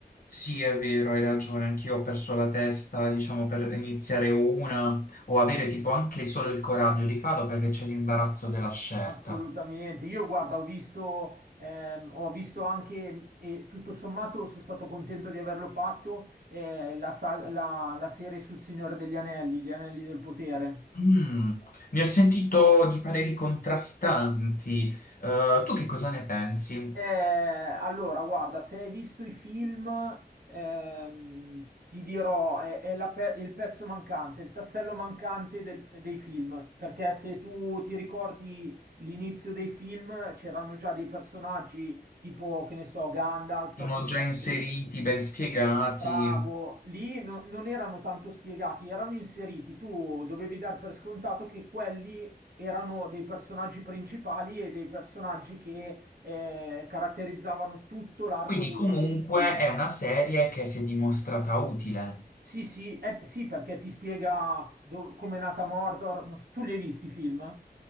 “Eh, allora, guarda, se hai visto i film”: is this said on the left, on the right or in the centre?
Right